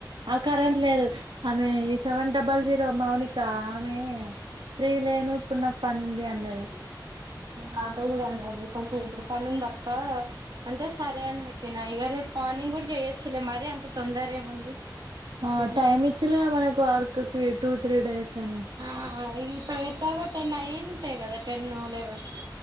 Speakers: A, on the right (about 85°); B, on the right (about 60°).
A: ఆ కరెంట్ లేదు ఆమె ఈ సెవెన్ డబల్ జీరో మౌనిక ఆమె ఫ్రీ లేను ఇప్పుడు నాకు పనుంది అన్నది
B: తతో కూడా అంద కొంచెం ఇప్పుడు ప నుందక్క అంటే సరే అని పెట్టినా ఇక రేపు పార్నింగ్ కూడా చెయ్యొచ్చులే మరి అంత తొందర ఏముంది
A: ఆ
B: ఇగ
A: టైమ్ ఇచిల్లు కదా మనకు వర్క్కి టూ త్రీ డేస్ అని
B: ఆ ఇగ టెన్ ఐంటే గదా టెన్ లెవెన్